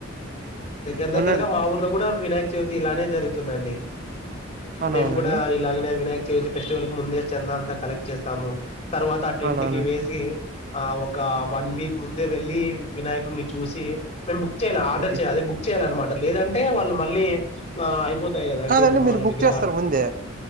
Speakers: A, on the left; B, on the right.
A: దగ్గర
B: అవునండి
A: దగ్గరగా మా ఊర్లో కూడా వినాయక చవితి ఇలానే జరుగుతుందండి
B: అవునవునండి
A: మేము కూడా ఇలాగనే వినాయక చవితి ఫెస్టివల్ కి ముందే చందా అంతా కలెక్ట్ చేస్తాము తర్వాత టెంట్
B: అవునవును
A: కి వేసి ఆ ఒక వన్ వీక్ ముందే వెళ్ళి వినాయకుడిని చూసి మేము బుక్ చేయాల ఆర్డర్
B: ఓకే
A: చేయా అదే బుక్ చేయాలన్నమాట లేదంటే వాళ్ళు మళ్ళీ ఆ అయిపో తాయి కదా అండి
B: కాదండి
A: బొమ్మలు
B: మీరు బుక్
A: విగ్రహాలు
B: చేస్తారా ముందే